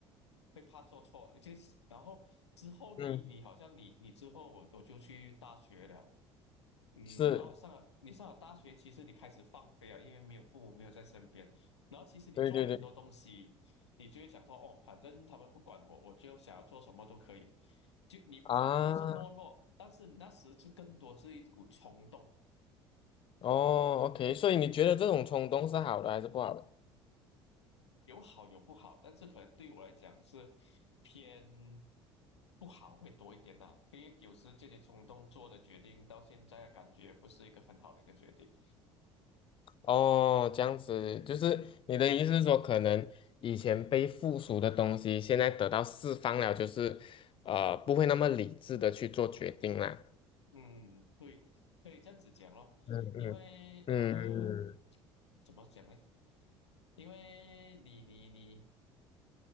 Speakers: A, on the left; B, on the left.
A: 会怕做错，而且然后之后你你好像你你之后我我就去大学了。
B: 嗯，
A: 嗯，
B: 是，
A: 然后上了你上了大学，其实你开始放飞啊，因为没有父母没有在身边，然后其实你做很多东西，
B: 对对对，
A: 你就会想说，哦，反正他们不管我，我就想要做什么都可以，就你反而不是懦弱，
B: 啊。
A: 但是那时是更多是一股冲动，
B: 哦，OK，所以你觉得这种冲动是好的还是不好的？
A: 有好有不好，但是可能对我来讲是偏不好会多一点呐、因为有时这些冲动做的决定，到现在感觉不是一个很好的一个决定。
B: 哦，这样子，就是你的意思是说，可能以前被附属的东西，现在得到释放了，就是呃，不会那么理智的去做决定啦。
A: 嗯，会可以这样子讲咯，
B: 嗯嗯嗯
A: 因为呃，
B: 嗯
A: 怎么讲呢？因为你你你